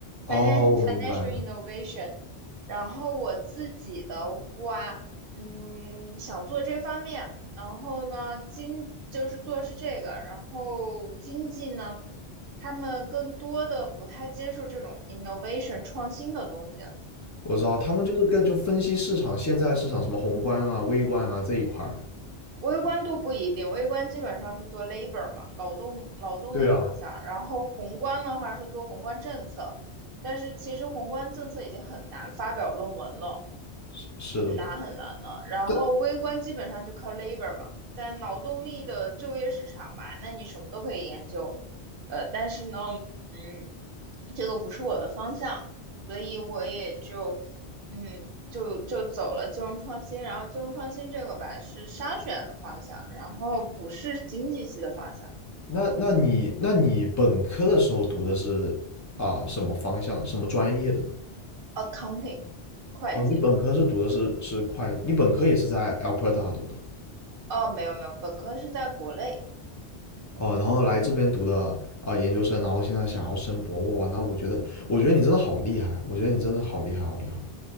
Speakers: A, on the left; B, on the right.
A: 哦，
B: financial
A: 我明白了，
B: financial innovation。然后我自己的话，嗯，想做这方面，然后呢，经就是做的是这个，然后经济呢，他们更多的不太接受这种 innovation 创新的东西。
A: 我知道他们就是跟就分析市场现在市场什么宏观啊、微观啊这一块儿的。
B: 微观都不一定，微观基本上是做 labor 嘛，劳动劳动那方向，
A: 对啊，
B: 然后宏观的话是做宏观政策，但是其实宏观政策已经很难发表论文了。
A: 是是的吧？
B: 很难很难的。然后微观基本上就靠
A: 但
B: labor 嘛，但劳动力的就业市场吧，那你什么都可以研究，呃，但是呢，嗯，这个不是我的方向，所以我也就，嗯，就就走了金融创新。然后金融创新这个吧是商学院的方向，然后不是经济系的方向
A: 那那你那你本科的时候读的是啊什么方向、什么专业的呢？
B: ，accounting 会计。
A: 哦，你本科是读的是是会计，你本科也是在 Alberta 读的
B: 哦，没有没有，本科是在国内。
A: 哦，然后来这边读的啊、研究生，然后现在想要升博哇，那我觉得我觉得你真的好厉害，我觉得你真的好厉害，好厉害。